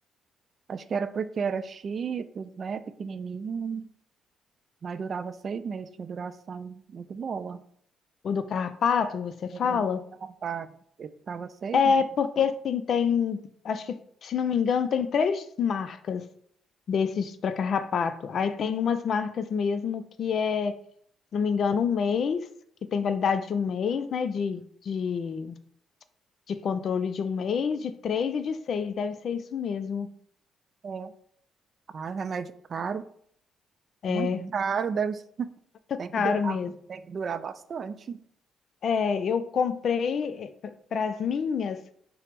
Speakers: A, on the right (about 50°); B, on the left (about 60°).
A: Acho que era porque era chitos, né, pequenininho, mas durava seis meses, tinha duração muito boa.
B: O do carrapato, que você fala?
A: Eu- Ela paga. eu ficava seis
B: É
A: meses.
B: porque assim tem, acho que se não me engano, tem três marcas desses para carrapato. Aí tem umas marcas mesmo que é, se não me engano, um mês, que tem validade de um mês, né? De, de, de controle de um mês, de três e de seis. Deve ser isso mesmo.
A: É, Ah, remédio caro,
B: É,
A: muito caro, deve ser.
B: muito
A: Tem
B: caro
A: que durar,
B: mesmo.
A: tem que durar bastante.
B: É, eu comprei para as minhas.